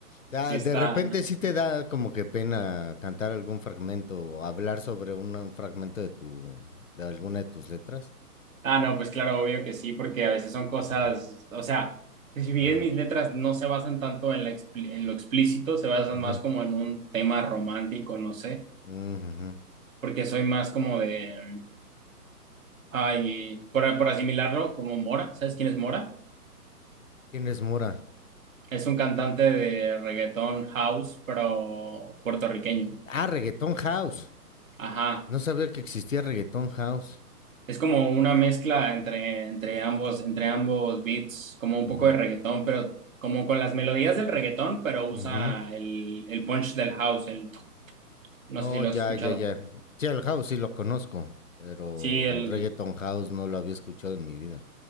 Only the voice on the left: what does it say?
sea,
de repente sí te da como que pena cantar algún fragmento o hablar sobre una- un fragmento de tu, de alguna de tus letras.
Ujú,
ajá,
ujú,
ujú.
¿Quién es Mora?
Ah, Reggaeton House.
No sabía que existía Reggaeton House.
Ujú,
ujú.
Oh,
ya,
ya, ya. Sí, el House sí lo conozco, pero
Reggaeton House no lo había escuchado en mi vida.